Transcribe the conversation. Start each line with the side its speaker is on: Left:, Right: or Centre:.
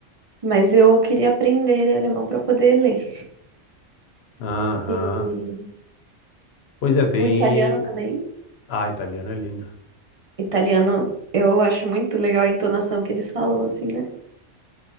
Right: Mas eu queria aprender alemão para poder ler.
Left: Aham.
Right: E
Left: Pois é, tem.
Right: o italiano também.
Left: Ah, italiano é lindo.
Right: Italiano, eu acho muito legal a entonação que eles falam, assim, né?